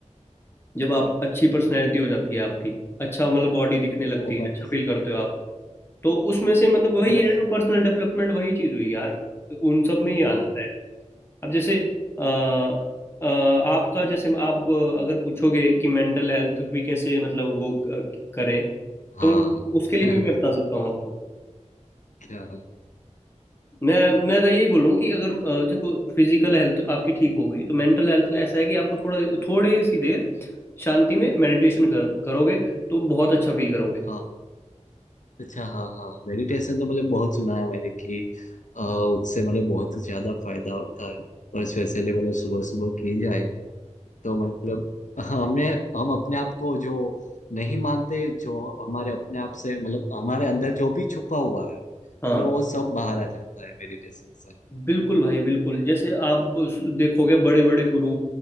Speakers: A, on the left; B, on the left.
A: जब आप अच्छी पर्सनैलिटी हो जाती है आपकी अच्छा मतलब बॉडी दिखने लगती
B: वो
A: है
B: बात
A: अच्छा
B: तो सही
A: फील करते
B: है।
A: हो आप तो उसमें से
B: हाँ,
A: मतलब वही
B: मतलब
A: है पर्सनल डेवलपमेंट वही चीज़ हुई यार तो उन सब में ही आ
B: हाँ
A: जाता है अब जैसे अ, अ, आपका जैसे आप अगर पूछोगे कि मेंटल हेल्थ भी कैसे मतलब वो अ, करें
B: हाँ
A: तो उसके
B: हाँ
A: लिए भी
B: <laughs>
A: मैं बता सकता
B: तो
A: हूँ आपको
B: क्या
A: मैं मैं तो यही बोलूँगा कि अगर अ, देखो फिजिकल हेल्थ आपकी ठीक होगी तो मेंटल हेल्थ ऐसा है कि आपको थोड़ा थोड़ी सी देर शांति में मेडिटेशन कर, करोगे तो बहुत अच्छा फील करोगे
B: हाँ, अच्छा हाँ हाँ मेडिटेशन तो मतलब बहुत सुना है मैंने कि अ, उससे मतलब बहुत ज्यादा फायदा होता है और स्पेशली मतलब सुबह सुबह की जाए तो मतलब हमें हम अपने आप को जो नहीं मानते जो हमारे अपने आप से मतलब हमारे अंदर जो भी छुपा हुआ है
A: हाँ
B: वो वो सब बाहर आ जाता है मेडिटेशन से
A: बिल्कुल भाई बिल्कुल जैसे आप उस- देखोगे बड़े बड़े गुरु